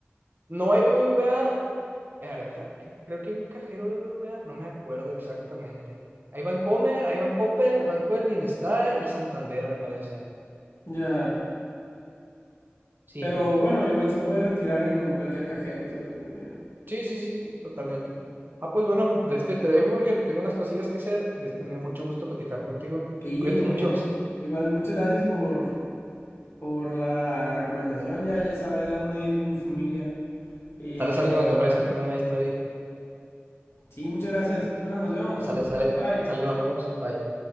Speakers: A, on the right (about 50°); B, on the left (about 80°).
A: No hay BBVA. A A ver, deja- creo que hay un cajero BBVA, no me acuerdo exactamente. Hay Bancomer, hay Bancoppel, Banco del Bienestar y Santander, me parece.
B: Ya.
A: Sí.
B: Pero bueno, igual se puede retirar en cualquier cajero, ¿sabes? El dinero.
A: Sí, sí, sí, totalmente. Ah, pues bueno, de este te dejo, Jorge. Tengo unas cosillas que hacer. De este me dio mucho gusto platicar contigo.
B: Sí,
A: Cuídate
B: muy
A: mucho.
B: bien. Igual, muchas gracias por Por la recomendación, ya, ya sabré a dónde ir con mi familia y
A: Sale,
B: en qué
A: sale cuando
B: época.
A: te ofrezca también. Ahí estoy.
B: Sí, muchas gracias. Bueno, nos vemos.
A: Sale, sale,
B: Bye.
A: sale, nos vemos. Bye.